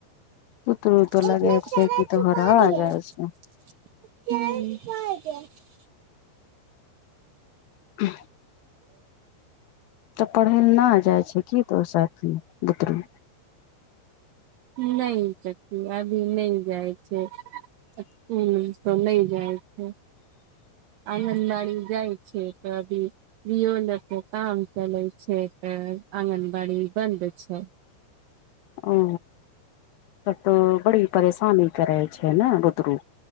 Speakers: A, on the left; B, on the right.
A: पुतरू
B: <unintelligible>
A: तो लगे छै कि तोहर आ जाइ छै ह तऽ पढ़य लए नहि जाइ छै की दोहर साथमे बुतरू
B: नहि चाची अभी नै जाइ छै। एतै त नए जाइ छै आँगनबाड़ी मे जाइ छै तऽ अभी भीओ लेके काम चलैत छै तऽ आङ्गनबाड़ी बन्द छै।
A: ओ तब तऽ बड़ी परेशानी करै छै ने बुदरू।